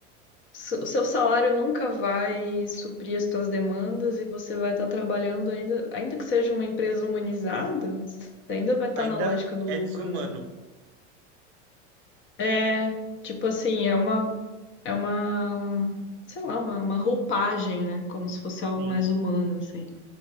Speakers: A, on the left; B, on the right.
A: s- o seu salário nunca vai suprir as suas demandas e você vai estar trabalhando ainda, ainda que seja uma empresa humanizada, você ainda vai estar
B: Ainda
A: na lógica do
B: é
A: lucro,
B: desumano.
A: né? É, tipo assim, é uma, é uma, sei lá, uma, uma roupagem, né? Como se fosse algo
B: Sim.
A: mais humano, assim.